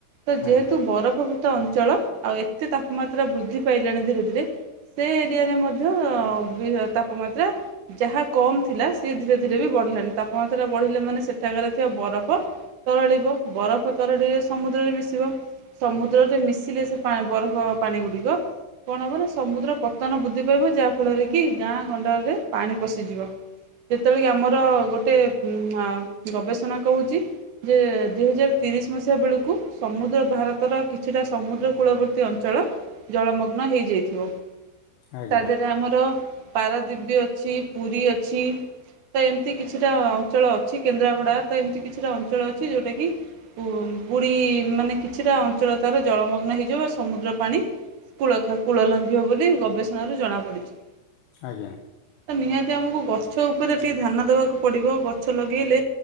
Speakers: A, on the right (about 75°); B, on the left (about 70°).
A: ତ ଯେହେତୁ
B: ଆଜ୍ଞା।
A: ବରଫ ଅଞ୍ଚଳ ଆଉ ଏତେ ତାପମାତ୍ରା ବୃଦ୍ଧି ପାଇଲାଣି ଧୀରେ ଧୀରେ ସେ ଏରିଆରେ ମଧ୍ୟ ଅବି ତାପମାତ୍ରା ଯାହା କମ୍ ଥିଲା ସିଏ ଧୀରେ ଧୀରେ ବି ବଢିଲାଣି ତାପମାତ୍ରା ବଢିଲେ ମାନେ ସେଠାକାର ଥିବା ବରଫ ତରଳିବ ବରଫ ତରଡ଼ିଲେ ସମୁଦ୍ରରେ ମିଶିବ ସମୁଦ୍ରରେ ମିଶିଲେ ସେ ବରଫ ପାଣି ଗୁଡ଼ିକ କଣ ହେବ ନା ସମୁଦ୍ର ପତନ ବୃଦ୍ଧି ପାଇବ ଯାହା ଫଳରେ କି ଗାଁ ଗଣ୍ଡାରେ ପାଣି ପଶିଯିବ। ଯେତେବେଳେ କି ଆମର ଗୋଟେ ଆଁ ଗବେଷଣା କହୁଛି ଯେ ଦୁଇ ହଜାର ତିରିଶ ମସିହା ବେଳକୁ ସମୁଦ୍ର ଭାରତର କିଛିଟା ସମୁଦ୍ର କୂଳବର୍ତ୍ତୀ ଅଞ୍ଚଳ ଜଳମଗ୍ନ ହେଇଯାଇଥିବ
B: ଆଜ୍ଞା
A: ତା ଦେହରେ ଆମର ପାରାଦିବ୍ବି ଅଛି ପୁରୀ ଅଛି ତ ଏମିତି କିଛିଟା ଅଞ୍ଚଳ ଅଛି ଅଛି କେନ୍ଦ୍ରାପଡା ତ ଏମିତି କିଛିଟା ଅଞ୍ଚଳ ଅଛି ଯୋଉଟା କି ବୁଢଡି ମାନେ କିଛିଟା ଅଞ୍ଚଳ ତାର ଜଳମଗ୍ନ ହେଇଯିବ ସମୁଦ୍ର ପାଣି କୂଳ ଖାଉ କୂଳ ଲଙ୍ଘିବ ବୋଲି ଗବେଷଣାରୁ ଜଣାପଡିଛି।
B: ଆଜ୍ଞା।
A: ତ ନିହାତି ଆମକୁ ଗଛ ଉପରେ ଟିକେ ଧ୍ୟାନ ଦବାକୁ ପଡିବ ଗଛ ଲଗେଇଲେ